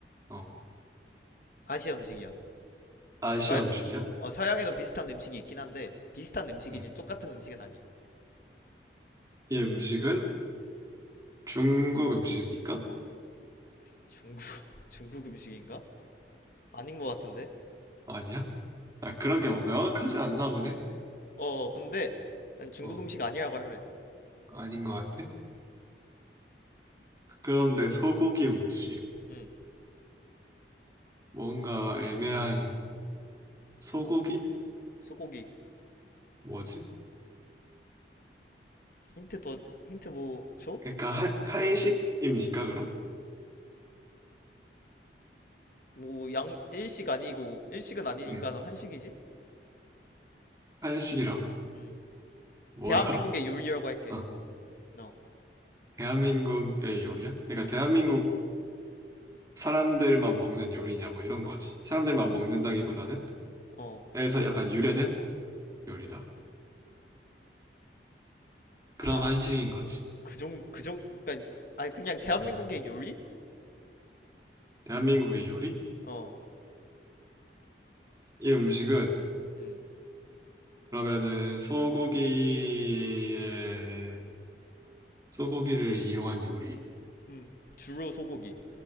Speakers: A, on the right (about 20°); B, on the left (about 50°).
A: 어,
B: 아시아 음식이야
A: 아시아
B: 서양
A: 음식이야?
B: 어 서양에도 비슷한 음식이 있긴 한데 비슷한 음식이지
A: 음.
B: 똑같은 음식은 아니야
A: 이 음식은 중국 음식입니까?
B: 중국 <laughs> 중국 음식인가 아닌 것 같은데
A: 아니야? 아, 그런 게 명확하지 않나 보네?
B: 어어 근데 난 중국
A: 어,
B: 음식 아니라고 할래
A: 아닌 것 같아? 그런데 소고기 음식.
B: 어음
A: 뭔가 애매한 소고기?
B: 소고기
A: 뭐지?
B: 힌트 더 힌트 뭐 줘?
A: 그러니까 한, 한식입니까, 그럼?
B: 뭐 양 일식 아니고 일식은 아니니까
A: 응,
B: 한식이지?
A: 한식이라고?
B: 음.
A: 뭐야?
B: 대한민국의 요리라고 할게.
A: <laughs> 어,
B: 어.
A: 대한민국의 요리야? 그러니까
B: 음.
A: 대한민국 사람들만 먹는 요리냐, 뭐 이런 거지. 사람들만 먹는다기보다는
B: 어.
A: 에서 약간 유래된 요리다. 그럼
B: 아,
A: 한식인 거지.
B: 그정그정 그러니까 아니 그냥 대한민국의
A: 응.
B: 요리?
A: 대한민국의 요리?
B: 어.
A: 이 음식은
B: 음.
A: 그러면은 소고기에 소고기를 이용한 요리.
B: 음. 주로 소고기.